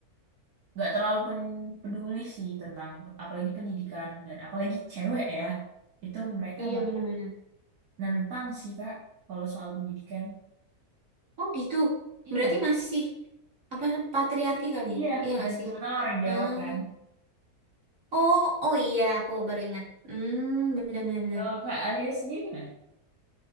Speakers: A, on the right (about 70°); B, on the right (about 55°).
A: nggak terlalu pen- peduli sih tentang apalagi pendidikan dan apalagi cewek ya. Itu mereka
B: Iya
A: bah
B: bener-bener.
A: nentang sih Kak kalau soal pendidikan.
B: Oh gitu.
A: Iya.
B: Berarti masih apa patriarki kali
A: Iya,
B: ya? Iya nggak
A: dan
B: sih?
A: kebetulan orang Jawa
B: Ah,
A: kan.
B: oh, oh iya, aku baru ingat. Hmm, bener-bener.
A: Kalau Kak Alia sendiri gimana?